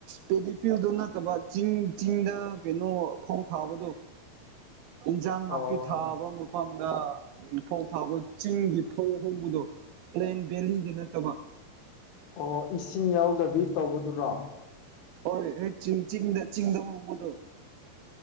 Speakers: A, on the right (about 80°); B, on the left (about 80°).
A: ꯄꯦꯗꯤꯐꯤꯜꯗꯨ ꯅꯠꯇꯕ ꯆꯤꯡ ꯆꯤꯡꯗ ꯀꯩꯅꯣ ꯐꯧ ꯊꯥꯕꯗꯨ ꯏꯟꯖꯥꯡ ꯅꯥꯄꯤ
B: ꯑꯣ
A: ꯊꯥꯕ ꯃ ꯐꯝꯗ ꯐꯧ ꯊꯥꯕ ꯆꯤꯡꯒꯤ ꯐꯧ ꯍꯧꯕꯗꯣ ꯄ꯭ꯂꯦꯟ ꯚꯦꯂꯤꯒꯤ ꯅꯠꯇꯕ
B: ꯑꯣ ꯏꯁꯤꯡ ꯌꯥꯎꯗꯕꯤ ꯇꯧꯕꯗꯨꯔꯣ
A: ꯍꯣꯢ ꯑꯦꯠ ꯆꯤꯡ ꯆꯤꯡꯗ ꯆꯤꯡꯗ ꯍꯧꯕꯗꯣ